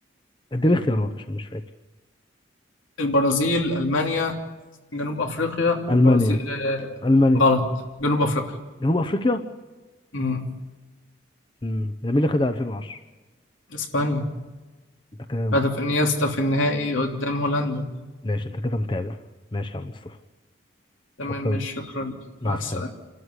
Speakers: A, on the left; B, on the left.
A: اديني اختيارات عشان مش فاكر
B: البرازيل ألمانيا جنوب أفريقيا البرازيل
A: المانيا
B: آه
A: المانيا
B: غلط جنوب أفريقيا
A: جنوب افريقيا
B: مم.
A: امم ده مين اللي خدها 2010
B: اسبانيا
A: انت كده محترم
B: هدف انيستا في النهائي قدام هولندا
A: ماشي انت كده متابع ماشي يا عم مصطفى
B: تمام
A: شكرا
B: ماشي شكرا
A: مع
B: مع
A: السلامة
B: السلامة